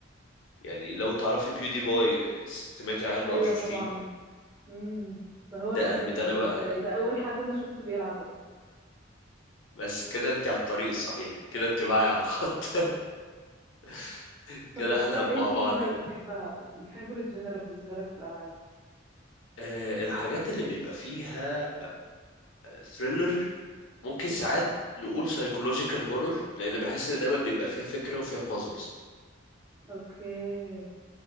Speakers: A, on the left; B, on the right.
A: يعني لو تعرفي بيودي بوي سمعتي عنه
B: ايوه
A: او شفتيه
B: طبعا امم ده هو
A: ده
B: الاساس
A: قلبي ده
B: بالنسبه
A: انا بقى
B: لي
A: قلبي.
B: ده اول حد انا شفته بيلعب اصلا
A: بس كده انت على الطريق الصحيح كده انت معايا على الخط <laughs>
B: طب
A: كده
B: قولي
A: احنا
B: بقى ايه
A: مع
B: الجنرال
A: بعضينا
B: اللي بتحبها الفيفوريت جنرال بالنسبه لك في الالعاب
A: آه، الحاجات اللي بيبقى فيها ثريلر ممكن ساعات نقول سايكولوجيكال هورور لان بحس ان دايما بيبقى فيها فكره وفيها بازلز
B: اوكي